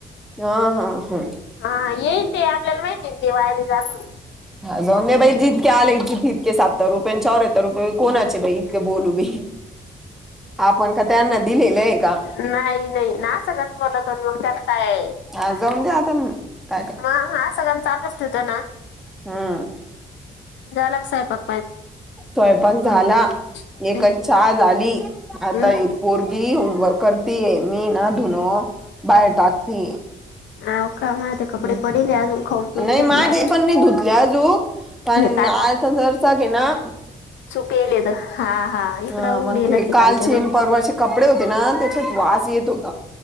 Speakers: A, in the centre; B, on the left (about 75°).
A: हा हा हा.
B: हा येईन ते आपल्याला माहिती ये ना ते वाया नाही जात म्हणून
A: हा जाऊ दया बाई जितके आले इ तितकेचं <unintelligible> पण चौयातर रुपये कोणाचे बई इतके बोलू बी
B: <inaudible>
A: आपण का त्यांना दिलेले आहे का
B: नाही नाही ना असं कस बोलतो नं मंग त्याला काय
A: हा जाऊन द्या आता काय कर
B: म हा असं सगळ्यांना चालू ठेवत ना
A: हम्म
B: झाला का सैयंपाक?
A: स्वयंपाक झाला
B: हम्म
A: एकच चहा झाली आता
B: हम्म
A: ही पोरगी होमवर्क मी ना धुनो बाहेर टाकती.
B: अव का माझे कपडे
A: हम्म
B: पडले अजून खाऊन पिऊन
A: नाय
B: घेतला
A: माझे
B: आता
A: पण नाय धुतले आजूक पण
B: हे
A: आता जरसक ये ना
B: सुकेलेत हा हा इकडं
A: ह
B: उघडेलच
A: मंग ते कालचे
B: कालच्या तर
A: आणि परवाचे कपडे होते ना त्याच्यात वास येत होता.